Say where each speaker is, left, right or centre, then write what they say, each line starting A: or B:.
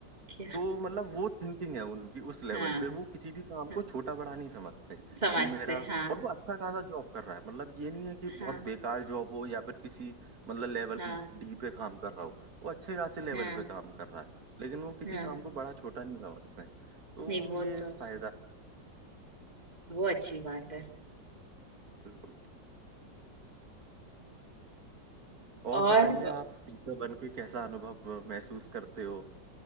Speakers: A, on the right; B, on the right.
A: क्या
B: तो मतलब वो थिंकिंग है उनकी उस लेवल
A: हाँ
B: पे वो किसी भी काम को
A: हाँ,
B: छोटा बड़ा नहीं समझते कि
A: समझते
B: मेरा
A: हैं, हाँ
B: और वो अच्छा खासा जॉब कर रहा है मतलब ये नहीं है कि बहुत
A: हाँ
B: बेकार जॉब हो या फिर किसी मतलब लेवल
A: हाँ
B: डी पे काम कर रहा हो वो अच्छे खासे लेवल
A: हाँ
B: पे काम कर रहा है लेकिन वो किसी
A: हाँ
B: काम को बड़ा छोटा नहीं समझते तो
A: नहीं वो
B: ये
A: तो
B: एक
A: सही,
B: फायदा है
A: वो अच्छी बात है
B: बिल्कुल
A: और
B: और बताइए
A: वो-
B: आप टीचर बन के कैसा अनुभव अ, महसूस करते हो